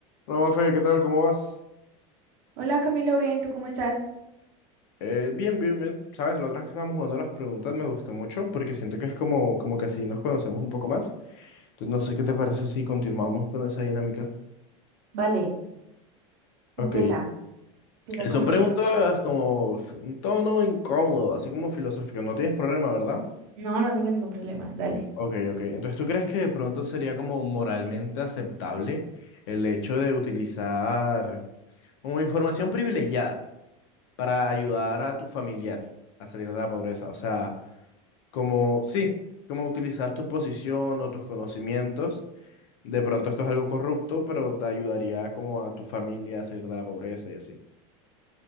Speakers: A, on the left; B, on the right.
A: Hola, Mafe, ¿qué tal? ¿Cómo vas?
B: Hola Camilo, bien, ¿tú cómo estás?
A: Eh, bien, bien, bien. Sabes, la otra vez que estábamos jugando a las preguntas me gustó mucho porque siento que es como, como que así nos conocemos un poco más. Entonces, no sé qué te parece si continuamos con esa dinámica.
B: Vale, empieza,
A: Ok. Eh,
B: empieza con
A: son
B: uno.
A: preguntas como f- un tono incómodo, así como filosófico. No tienes problema, ¿verdad?
B: No, no tengo ningún problema, dale.
A: Ok, ok. Entonces, ¿tú crees que de pronto sería como moralmente aceptable el hecho de utilizar como información privilegiada para ayudar a tu familiar a salir de la pobreza? O sea... como, sí, como utilizar tu posición o tus conocimientos. De pronto esto es algo corrupto, pero te ayudaría como a tu familia a salir de la pobreza y así.